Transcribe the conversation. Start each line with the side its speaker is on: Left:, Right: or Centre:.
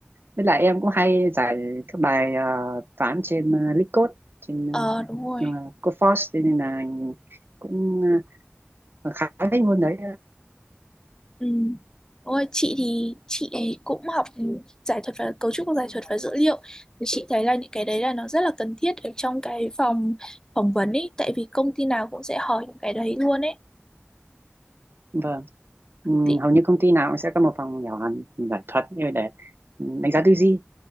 Right: với lại em cũng hay giải các bài ờ, toán trên ờ, LeetCode trên
Left: ờ đúng rồi
Right: ờ, Codeforce cho nên là cũng ờ, khá thích môn đấy
Left: Ừ. Ôi, chị thì chị ấy cũng học giải thuật và cấu trúc của giải thuật và dữ liệu thì chị thấy là những cái đấy là nó rất là cần thiết ở trong cái phòng phỏng vấn ấy tại vì công ty nào cũng sẽ hỏi những cái đấy luôn ấy
Right: vâng Ừm,
Left: thì
Right: hầu như công ty nào cũng sẽ có một phòng nhỏ giải thuật như để đánh giá tư duy